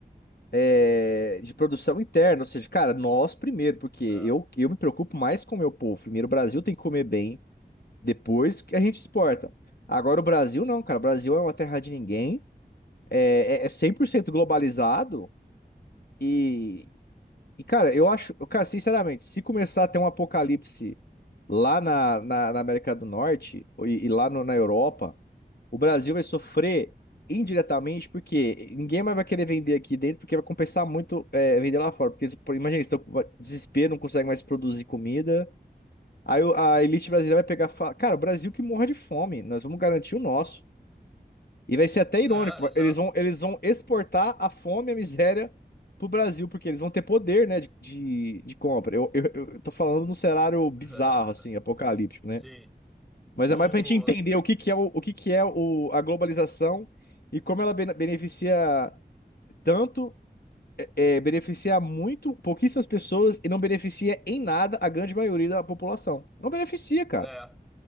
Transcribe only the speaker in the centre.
É,
é,
exato.
<laughs>
Sim.
O...
É.